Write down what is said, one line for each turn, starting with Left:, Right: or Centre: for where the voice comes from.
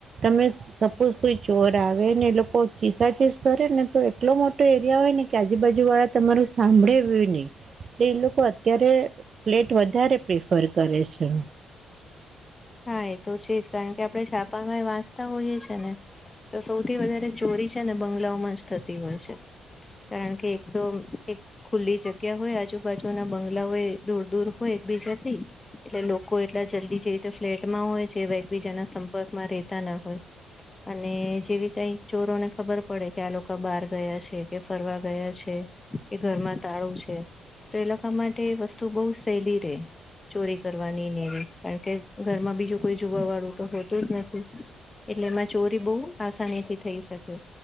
Right: તમે સપોઝ કોઈ ચોર આવે ને એ લોકો ચીસાચીસ કરે ને તો એટલો મોટો એરિયા હોય ને કે આજુબાજુ વાળા તમારું સાંભળે બિ ની એ લોકો અત્યારે ફ્લેટ વધારે પ્રિફર કરે છે.
Left: હા એ તો છે જ કારણ કે આપડે છાપામાંયે વાંચતા હોઈએ છે ને તો સૌથી વધારે ચોરી છે ને બંગલાઓમાં જ થતી હોય છે. કારણ કે એક તો એક ખુલ્લી જગ્યા હોય આજુબાજુના બંગલાઓય દૂર દૂર હોય એકબીજાથી એટલે લોકો એટલા જલ્દી જે રીતે ફ્લેટમાં હોય જેવા એકબીજાના સંપર્કમાં રહેતા ના હોય અને જેવી કઈ ચોરોને ખબર પડે કે આ લોકો બાર ગયા છે કે ફરવા ગયા છે. એ ઘરમાં તાળું છે તો એ લોકો માટે વસ્તુ બઉ સેલી રેય ચોરી કરવાની નેવી કારણ કે ઘરમાં બીજું કોઈ જોવા વાળું તો હોતું જ નથી એટલે એમાં ચોરી બોઉ આસાનીથી થઈ શકે